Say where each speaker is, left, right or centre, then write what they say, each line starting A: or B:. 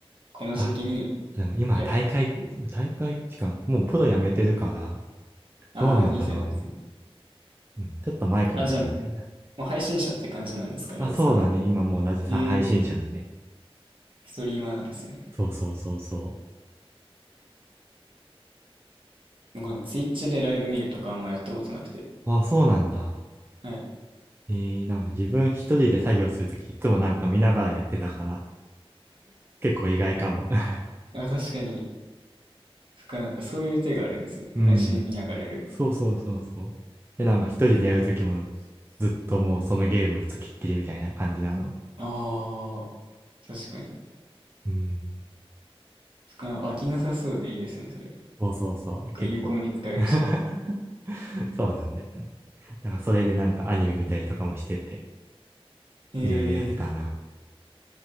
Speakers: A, on the right; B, on the right.
A: この時期に
B: あ、でも今大会、
A: やってる。
B: 大会は違う。もうプロ辞めてるから、
A: ああ、
B: どうなんだろうな。
A: いいじゃないですね。
B: うんちょっと前かもしんないな。
A: あ、じゃあもう、もう配信者って感じなんですか、ラズさんは。
B: あ、そうだね。今もうなぜさん配信者だね。
A: えー、ストリーマーなんですね。
B: そうそうそうそ
A: 僕なんかツイッチでライブ見るとかあんまやったことなくて。
B: う。あ、そうなんだ。
A: はい。
B: えー、なんか自分一人で作業するときいつもなんか見ながらやってたから、結構意外かも。<laughs>
A: あ、確かに、そっかなんかそういう手があるんですね。
B: うん。
A: 配信見ながらやる。
B: そうそうそうそう。で、なんか一人でやるときもずっともうそのゲームつきっきりみたいな感じなの。
A: ああ、確かに。
B: うん。
A: しかも飽きなさそうでいいですね、それ。
B: そうそうそう、
A: こう有効に使えるし。
B: 結構 <laughs> そうなんだよね。だからそれでなんかアニメ見たりとかもしてて、
A: へえ。
B: いろいろやってたな。